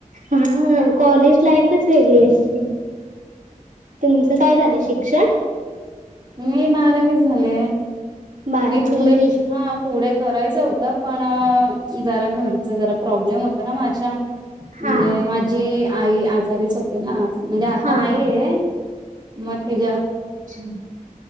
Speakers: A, on the right; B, on the right.
A: हा कॉलेज लाईफच वेगळी असते. तुमचं काय झालंय शिक्षण?
B: मी बारावी झाले
A: बारावी
B: मी पुढे हा पुढे. करायचं होतं पण जरा घरच जरा प्रॉब्लेम होत ना माझ्या. म्हणजे
A: हा
B: माझी आई आजारीच होती ना. म्हणजे आता
A: हा
B: नाहीय मग तुझ.
A: ह.